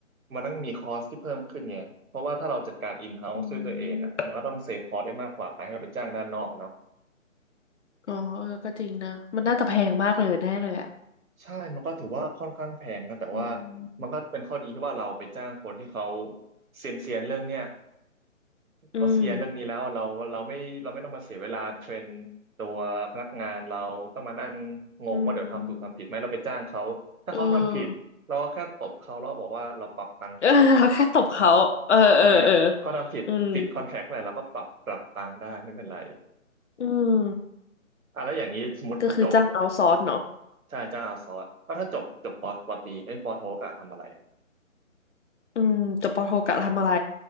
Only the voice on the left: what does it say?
อื
มอ๋อเออก็จริงนะมันน่าจะแพงมากเลยแน่เลยอ่ะ
อื
ม
อืม
อืมเออเออเราแค่ตบเขาเออ
เออ เออ อืม อืม
ก็คือจ้างเอาท์ซอร์สเนาะ
อืมจบปโทกะทำอะไร